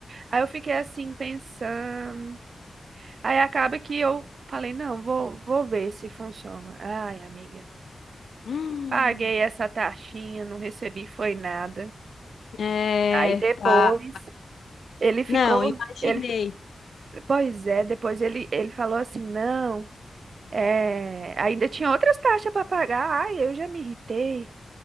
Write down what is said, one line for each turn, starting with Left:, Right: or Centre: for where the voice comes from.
Right: Aí eu fiquei assim pensando. Aí acaba que eu falei, não, vou, vou ver se funciona. Ai, amiga,
Left: Hum,
Right: paguei essa taxinha, não recebi foi nada.
Left: é,
Right: Aí depois
Left: pá.
Right: ele ficou,
Left: Não, imaginei.
Right: ele, pois é, depois ele, ele falou assim, não. É, ainda tinha outras taxas para pagar. Ai, eu já me irritei.